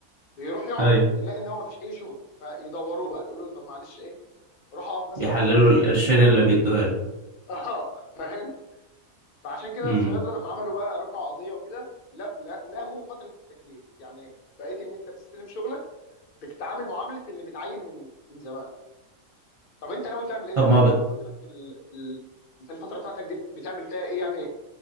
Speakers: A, on the left; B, on the right.
A: بيروح يقعد
B: ايوه
A: يلاقي ان هو مفيش اي شغل فيدوروه بقى يقولوا طب معلش ايه روح اقف مثلا
B: يحللوا
A: في المخزن
B: القرشين اللي بيدوها له
A: <laughs> اه فاهم فعشان كده
B: امم
A: الصيادله لما عملوا بقى رفعوا قضيه وكده لا لا لغوا فتره التكليف يعني بقيت ان انت بتستلم شغلك بتتعامل معامله اللي متعين من من زمان طب انت ناوي تعمل ايه
B: طب
A: طيب
B: ما ب...
A: انت فتره ال... ال... انت الفتره بتاعتك دي بتعمل فيها ايه يعني